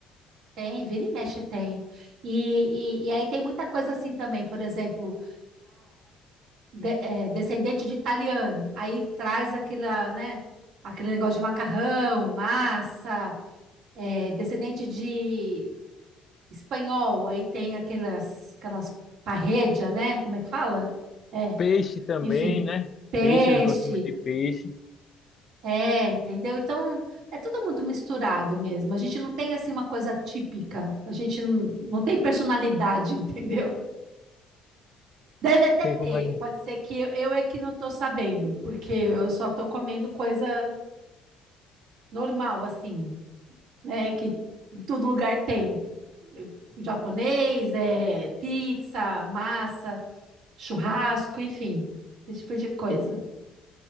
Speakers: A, on the right; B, on the left.
A: tem, vira e mexe tem. E, e, e aí tem muita coisa assim também, por exemplo, de- é, descendente de italiano. Aí traz aquela, né, aquele negócio de macarrão, massa, é, descendente de espanhol. Aí tem aquelas, aquelas parredia, né? Como é que fala? É,
B: Peixe também,
A: enfim,
B: né?
A: peixe.
B: Peixe, eles gostam muito de peixe.
A: É, entendeu? Então, é tudo muito misturado mesmo. A gente não tem assim uma coisa típica. A gente não, não tem personalidade, <laughs> entendeu? Deve até
B: Sei
A: ter,
B: como é. que-
A: pode ser que eu, eu é que não tô sabendo, porque eu só tô comendo coisa normal, assim, né? Que em todo lugar tem. Japonês, é, pizza, massa, churrasco, enfim, esse tipo de coisa.